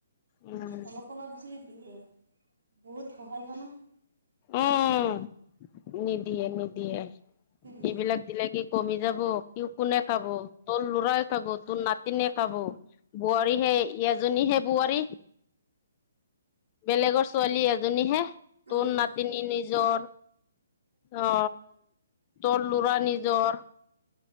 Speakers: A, on the left (about 30°); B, on the right (about 65°).
A: উম
B: অলপ অলপ জুই দিয়ে বহুত সহায় হয়না
A: উম
B: মৈ দিম
A: নিদিয়ে নিদিয়ে
B: উম
A: এইবিলাক দিলে কি কমি যাব কি কোনে খাব তোৰ লৰাই খাব তোৰ নাতিনে খাব বোৱাৰী হে এজনী হে বোৱাৰী বেলেগৰ ছোৱালী এজনীহে
B: নিজৰ
A: তোৰ নাতিনী নিজৰ অ তোৰ লৰা নিজৰ